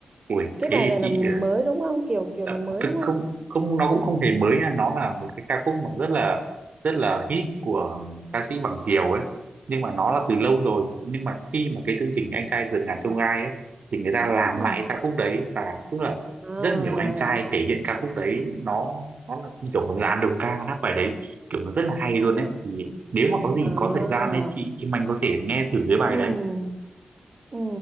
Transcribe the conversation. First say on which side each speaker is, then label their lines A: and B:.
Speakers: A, on the right; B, on the right.
A: ui
B: cái
A: thế
B: bài
A: thì
B: này
A: chị
B: là mới đúng không kiểu kiểu
A: Dạ,
B: là mới
A: thực
B: đúng không
A: không không nó cũng không hề mới nha nó là một cái ca khúc mà rất là rất là hit của ca sĩ Bằng Kiều ấy nhưng mà nó là từ lâu rồi nhưng mà khi mà cái chương trình anh trai vượt ngàn chông gai ấy thì người ta làm
B: ừ
A: lại ca khúc đấy và tức là
B: à
A: rất nhiều anh trai thể hiện ca khúc đấy nó nó là như kiểu một dàn đồng ca hát bài đấy kiểu nó rất là hay luôn ấy thì nếu mà có gì
B: à
A: có thời gian ấy chị Kim Anh có thể nghe thử cái bài
B: ừ
A: đấy
B: ừ